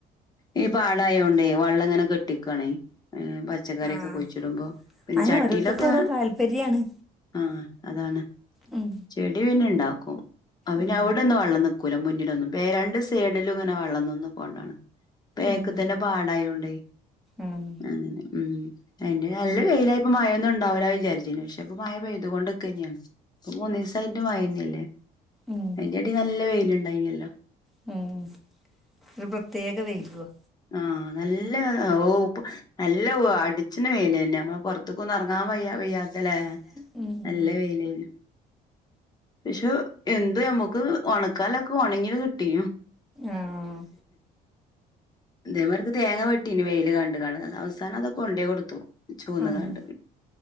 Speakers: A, on the left; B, in the centre.
A: ഈ പാടായോണ്ടേ വള്ളം ഇങ്ങനെ കെട്ടിക്കണേ ഏഹ് പ ച്ചക്കറിയൊക്കെ
B: ആഹ്
A: കുഴ്ച്ച്ട്മ്പം പിന്നെ
B: അങ്ങനെ
A: ചട്ടിയിലൊക്കെ
B: ഓരോരുത്തർക്കും ഓരോ താല്പര്യാണ്
A: ആഹ് അതാണ്
B: ഉം
A: ചെടി പിന്നെ ഇണ്ടാക്കും അത് പിന്നെ
B: ഉം
A: അതോ ടൊന്നും വള്ളം നിക്കൂല മുന്നിലൊന്നും പെ രണ്ട് സൈഡിലും ഇങ്ങനെ വള്ളം നിന്ന്കോണ്ടാണ്
B: ഉം
A: ക്ക് തന്നെ പാടായോണ്ടേ
B: ഉം
A: അങ്ങനെ ഹ്മ്മ് അതിന്റെ നല്ല വെയിലായപ്പൊ മഴൊന്നും ഇണ്ടാവൂല വിചാരിച്ചീനു പക്ഷെ ഇപ്പം മഴ പെയ്തു കൊണ്ട്ക്കെന്നെയാണ് ഇപ്പം മൂന്നീസായിട്ട് മഴന്നല്ലേ
B: ഉം
A: അയ്ന്റെടീ നല്ല വെയില്ണ്ടായ്നല്ലോ
B: ഹ്മ്മ് ഒര് പ്രത്യേക വെയ്ലുവാ
A: ആഹ് നല്ല ഓഹ് ഇപ്പ നല്ല പഓഹ് അടിച്ച്ണ വെയ്ലെന്നെ നമ്മള് പൊർത്ത്ക്കൊന്നും എറങ്ങാൻ വയ്യ വയ്യാത്തല്ലെ
B: ഹ്മ്മ്
A: നല്ല വെയ്ലേനു പക്ഷെ എന്ത് നമ്മുക്ക് ഒണക്കാല്ലൊക്കെ ഒണങ്ങിയങ്ങ് കിട്ടി
B: ആഹ്
A: ഇതേമാതിരിക്ക് തേങ്ങ വെട്ടീനു വെയില് കണ്ട്കാണ്ട് അവസാനം അതൊക്കെ കൊണ്ടേ കൊടുത്തു ചോന്ന്കാണ്ട്,
B: ആഹ്